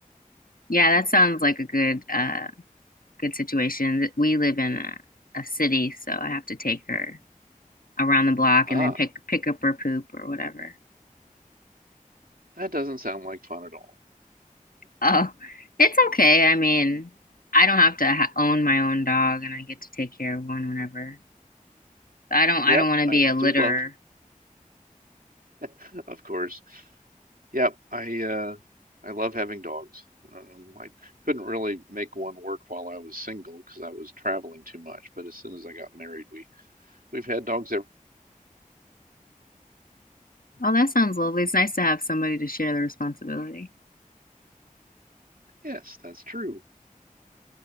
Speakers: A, on the left; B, on the right.
A: Yeah, that sounds like a good uh good situation. We live in a, a city, so I have to take her around the block
B: Ah,
A: and then pick pick up her poop or whatever.
B: that doesn't sound like fun at all.
A: Oh, it's okay. I mean, I don't have to ha own my own dog, and I get to take care of one whenever. I don't
B: Yep,
A: I don't want
B: I
A: to be
B: do
A: a litterer.
B: love, <laughs> of course. Yep, I uh, I love having dogs. Um, I couldn't really make one work while I was single because I was traveling too much. But as soon as I got married, we we've had dogs ever.
A: Oh, that sounds lovely. It's nice to have somebody to share the responsibility.
B: Yes, that's true.